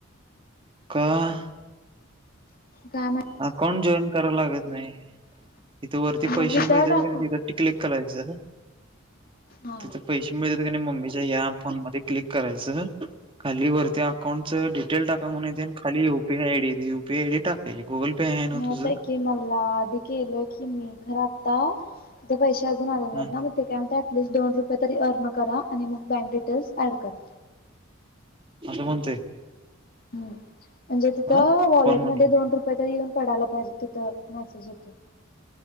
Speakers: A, on the right (about 25°); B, on the left (about 45°).
A: काहा
B: गामाात
A: अकाउंट जॉईन करायला लागत नाही तथं वरती पैसे
B: मग वितळ
A: मिळत
B: टाकू
A: की नाही तिथ्िक करायच
B: हा
A: तिथ पै मिळत क मम्मीच्या या्या फोन मध्ये क्लिक करायचं खाली वरती अकांटचं डिटे टाका म्हण ये आणि खाली यपीयडी यपीआय डी टाकाय गुगल पे आहे ना
B: नाहीताय
A: तुझं
B: की मल्ला आधी केलो की मी खरं आता तिथे पैसे अजून आले नाहीत
A: हा
B: ना काय म्ह अटिस्ट दोन रुपय तरीर्न करा आणि मग बँक डिटेल्स ऍड करा
A: असं म्हणतेय
B: हम् म्हणजे तिथं
A: हा
B: वॉलेटमध्येध्ये
A: कोण म्हणली
B: दोन रुपये तर येऊन पडायला पाहिजे तिथं मेसेज येत